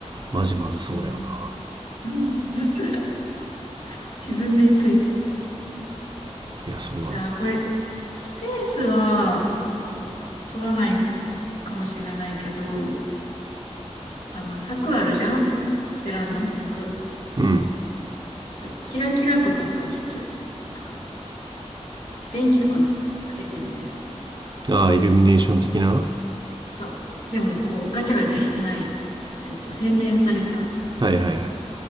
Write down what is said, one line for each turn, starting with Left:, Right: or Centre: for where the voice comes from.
Right: マジまずそうだよな
Left: うん。うんやつ <laughs> 自分で言っといて。
Right: いやそうなのよ
Left: じゃあ、これ、スペースは、ちょっと、取らないかもしれないけど、あの、柵あるじゃんベランダの柵。
Right: うん
Left: ちょっとキラキラとかさ、ちょっと、なんか、電気とかつ、つけてみてさ。
Right: ああイルミネーション的なは
Left: そう。でも、こう、ガチャガチャしてない。ちょっと洗練された。
Right: いはいはい